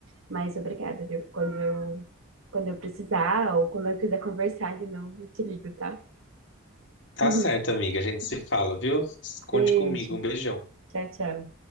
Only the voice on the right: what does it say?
Mas obrigada, viu? Quando eu, quando eu precisar ou quando eu quiser conversar de novo, eu te ligo, tá?
<laughs>
Beijo.
Tchau, tchau.